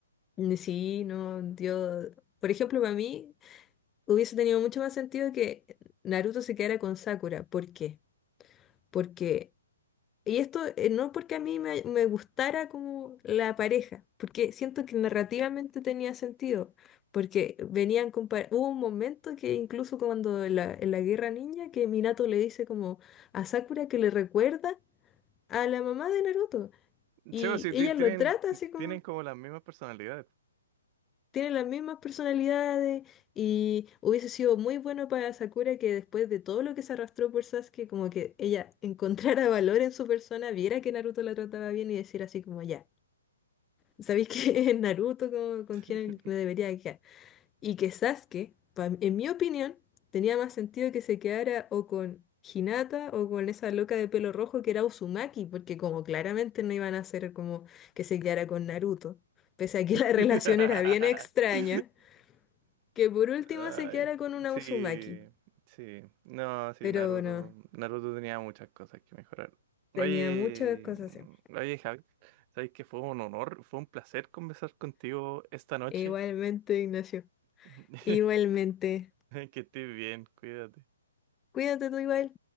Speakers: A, on the left (about 15°); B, on the right (about 30°).
A: Ni Sí, no, yo, por ejemplo, para mí hubiese tenido mucho más sentido que Naruto se quedara con Sakura. ¿Por qué? Porque Y esto eh, no porque a mí me, me gustara como la pareja, porque siento que narrativamente tenía sentido, porque venían compar hubo un momento que incluso cuando en la, en la Guerra Ninja que Minato le dice como a Sakura que le recuerda a la mamá de Naruto y
B: Sí, o sí,
A: ella
B: ti- tienen,
A: lo trata
B: ti-
A: así como
B: tienen como las mismas personalidades.
A: tiene las mismas personalidades y hubiese sido muy bueno para Sakura que después de todo lo que se arrastró por Sasuke, como que ella <laughs> encontrara valor en su persona, viera que Naruto la trataba bien y decir así como ya. Sabéis que <laughs> Naruto con, con
B: <laughs>
A: quien me debería quedar. Y que Sasuke, pa- en mi opinión, tenía más sentido que se quedara o con Hinata o con esa loca de pelo rojo que era Uzumaki, porque como claramente no iban a hacer como que se quedara con Naruto, pese a que
B: <laughs>
A: <laughs> la relación era bien extraña, que por último
B: Ay,
A: se quedara con una
B: sí,
A: Uzumaki.
B: sí. No, sí,
A: Pero
B: Naruto.
A: no,
B: Naruto tenía muchas cosas que mejorar. Oye,
A: tenía muchas cosas
B: mm,
A: así.
B: oye, Javi, sabes que fue un honor, fue un placer conversar contigo esta noche.
A: Igualmente, Ignacio.
B: <laughs>
A: Igualmente.
B: Que estés bien, cuídate.
A: Cuídate tú igual.